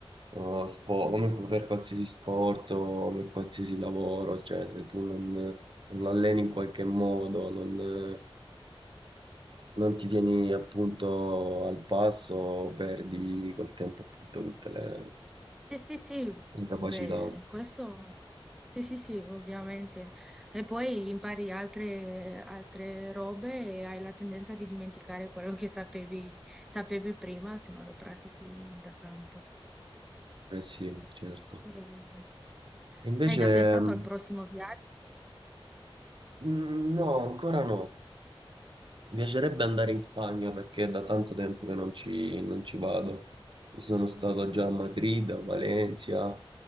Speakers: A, on the right; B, in the centre.
A: eh, spo- come per qualsiasi sport o per qualsiasi lavoro, cioè se tu non, non l'alleni in qualche modo, non, non ti tieni appunto al passo, perdi col tempo appunto tutte le,
B: Sì, sì, sì,
A: le capacità.
B: beh, questo sì, sì, sì, ovviamente. E poi impari altre, altre robe e hai la tendenza di dimenticare quello che sapevi, sapevi prima se non lo pratichi da tanto.
A: Eh sì, certo.
B: E
A: E invece,
B: hai già pensato
A: mh,
B: al prossimo viaggio?
A: Mm, No, ancora no. Mi piacerebbe andare in Spagna perché è da tanto tempo che non ci, non ci vado. Io Sono stato già a Madrid, a Valencia.